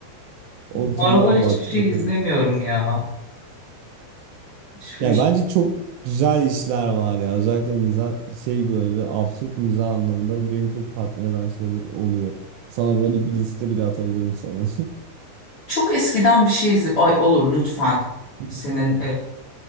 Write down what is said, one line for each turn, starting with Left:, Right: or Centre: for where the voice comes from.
Right: O
Left: Bu
Right: filme
Left: aralar hiçbir
Right: bak
Left: şey
Right: bakabilirsin.
Left: izlemiyorum ya. Şu
Right: Ya
Left: iş-
Right: bence çok güzel işler var ya. Özellikle mizah şey böyle absürt mizah anlamında benim çok tatmin eden şeyler oluyor. Sana böyle bir liste bile atabilirim sana.
Left: Çok eskiden bir şey izle. Ay olur lütfen.
Right: <laughs>
Left: Senin